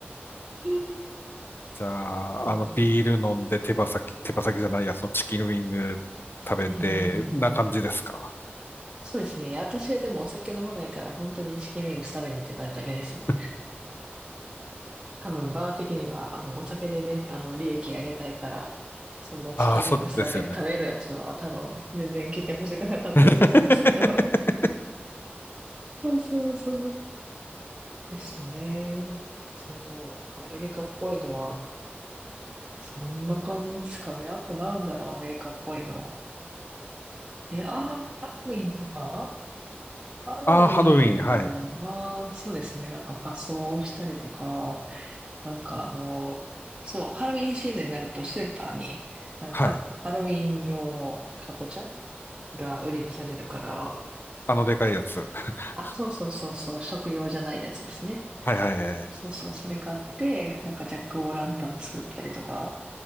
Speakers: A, on the right (about 25°); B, on the left (about 60°).
A: <laughs>
B: じゃあ、
A: そう。
B: あの、ビール飲んで手羽先、手羽先じゃないや、そのチキンウィング食べて、
A: うんうんうんうん。
B: な感じですか
A: そうですね。いや私でもお酒飲まないから、本当にチキンウィングス食べに行ってただけですね。
B: <laughs>
A: 多分、バー的には、あの、お酒でね、あの、利益上げたいから、そんなチキンウィングスだけ食べるやつは多分、
B: ああ、そうですよね。
A: 全然来てほしくなかったと思うんですけど。
B: <laughs>
A: <laughs> そうそうそう。ですね。そう。アメリカっぽいのは、そんな感じですかね。あとなんだろう、アメリカっぽいの。え、あー、ハロウィンとかハロウィンは、
B: ああ、ハロウィン、はい。
A: そうですね、なんか仮装をしたりとか、なんかあの、そう、ハロウィンシーズンになるとスーパーに、なんかハロウィン用のカぼチャ
B: はい。
A: が売り出されるから、
B: あのでかいやつ。<laughs>
A: あ、そうそうそうそう、食用じゃないやつですね。
B: はいはいはい。
A: そうそう、それ買って、なんかジャックオーランタン作ったりとか、